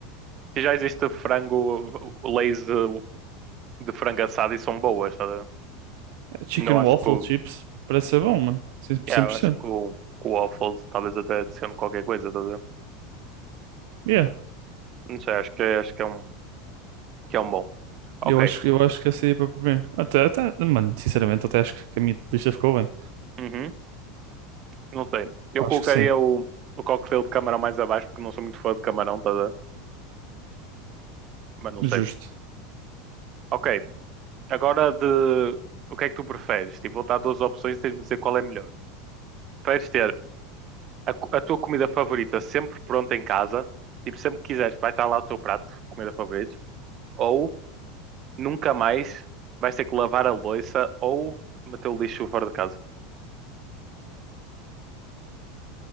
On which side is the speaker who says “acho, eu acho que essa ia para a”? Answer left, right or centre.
Right